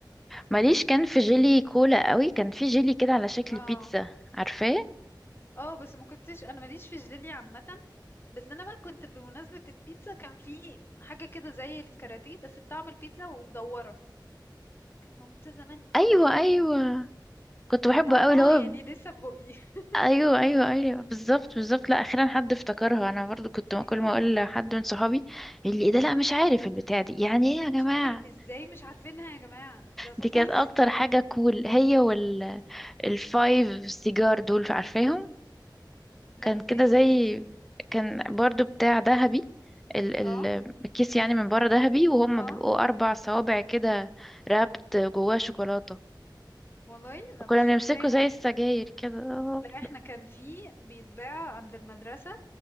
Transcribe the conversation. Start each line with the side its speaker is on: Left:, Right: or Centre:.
Centre: ماليش كان في جيلي كولا قوي كان في جيلي كده على شكل
Left: اه
Centre: بيتزا عارفاه
Left: اه بس ما كنتش انا ماليش في الجيلي عامه بس انا بقى كنت بمناسبه البيتزا كان في حاجه كده زي الكاراتيه بس بطعم البيتزا ومدوره كانت موجوده زمان
Centre: ايوه
Left: قوي قوي
Centre: ايوه كنت بحبه
Left: طعمها
Centre: قوي اللي هو
Left: يعني لسه في بقي
Centre: ايوه ايوه ايوه بالظبط بالظبط لا اخيرا حد افتكرها انا برضو كنت ما
Left: <laughs> ايوه
Centre: كل ما اقول لحد من صحابي اللي إيه ده لا مش عارف البتاع دي يعني ايه يا جماعه
Left: مش عارف ازاي مش عارفينها يا جماعه ده طفولتي
Centre: دي كانت اكتر حاجه كول هي وال الفايف سيجار دول عارفاهم
Left: لا
Centre: كان كده
Left: ايدي
Centre: زي
Left: ايدي
Centre: كان برضو بتاع ذهبي ال ال
Left: اه
Centre: الكيس يعني من بره ذهبي وهم
Left: اه
Centre: بيبقوا اربع صوابع كده رابط جواه شوكولاته
Left: والله لا
Centre: وكنا
Left: مش
Centre: بنمسكه
Left: فاكراها
Centre: زي السجاير كده آه.
Left: لا احنا كان في بيتباع عند المدرسة